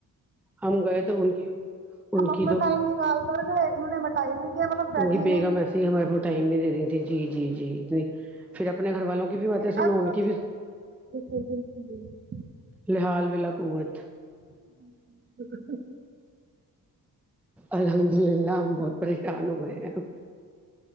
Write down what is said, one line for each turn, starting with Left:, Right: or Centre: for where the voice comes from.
Centre: ہم گئے تو ان کی ان
Right: ہم اپنا
Centre: کی تو
Right: ٹائم نکال کر کے انہوں نے ٹائم نہیں دیا پاس بیٹھے
Centre: کی
Right: ہی
Centre: بیگم
Right: نہیں
Centre: ایسے ہی ہمارے پ ٹائم نہیں دے رہی تھی جی جی جی اتنی پھر اپنے گھر والوں کی بھی باتیں سنو
Right: ہر
Centre: ان
Right: طرف
Centre: کی بھی
Right: سے بالکل بالکل
Centre: لاحال ولا قوت
Right: <unintelligible>
Centre: الحمد للہ ہم بہت پریشان ہو گئے ہیں ہم